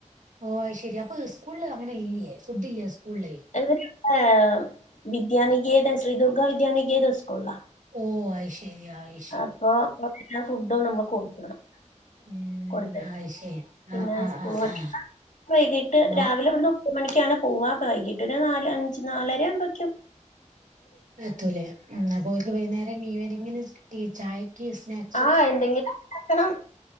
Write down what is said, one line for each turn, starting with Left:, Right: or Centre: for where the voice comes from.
Right: ഓഹ് അത് ശെരി. അപ്പ സ്കൂള്ല് അങ്ങനെ ഇല്ലേ ഫുഡ് ഇല്ലേ സ്കൂള് ള്
Left: ഇവര് പിന്നെ വിദ്യാനികേതം ശ്രീദുർഗാ വിദ്യാനികേതം സ്കൂള്ലാ
Right: ഓഹ് അത് ശെരി ആയി
Left: അപ്പൊ ഫുഡും നമ്മള് കൊടുക്കണം
Right: ഉം
Left: കൊടുത്ത്
Right: അത് ശരി
Left: പിന്നെ
Right: ആ ആ
Left: സ്കൂൾ
Right: ആ ആ
Left: വൈകിട്ട് രാവിലെ
Right: ആ
Left: ഇവിട്ന്ന് ഒൻ ഒൻപത് മണിക്കാണ് പോവ. അപ്പ വൈകിട്ടൊര് നാല് അഞ്ച് നാലര ആകുമ്പോയ്ക്കും
Right: എത്തൂലേ. ഉം അപ്പോ വൈന്നേരം ഈവനിങ്ങിന് ചായയ്ക്ക് സ്നാക്ക്
Left: ആഹ് എന്തെങ്കിലും ഉണ്ടാക്കണം